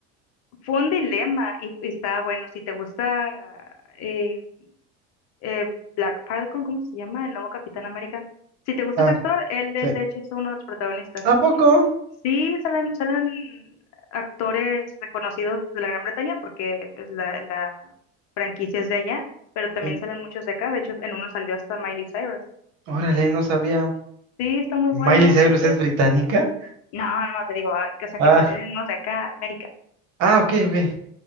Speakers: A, on the left (about 55°); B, on the right (about 55°).
A: fue un dilema y, y está bueno. Si te gusta eh, eh, Black Falcon, ¿cómo se llama? El nuevo Capitán América. Si te gusta
B: Ah,
A: ese actor, él,
B: sí.
A: él de hecho es uno de los protagonistas.
B: ¿A poco?
A: Sí salen, salen actores reconocidos de la Gran Bretaña porque pues, la, la franquicia es de allá, pero también
B: Sí.
A: salen muchos de acá. De hecho, en uno salió hasta Miley Cyrus.
B: Órale, no sabía.
A: Sí, está muy
B: ¿Miley
A: bueno.
B: Cyrus
A: Ese,
B: es británica?
A: no, no, te digo, ah, que- o sea,
B: Ah,
A: que salieron unos de acá, América.
B: ah, ok, ok.